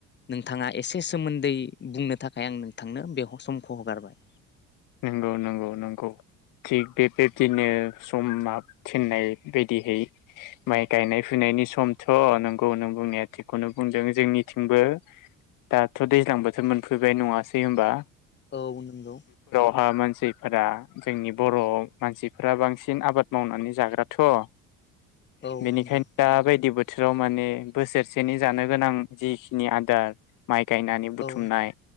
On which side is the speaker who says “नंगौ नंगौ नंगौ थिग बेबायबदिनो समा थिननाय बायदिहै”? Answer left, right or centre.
Left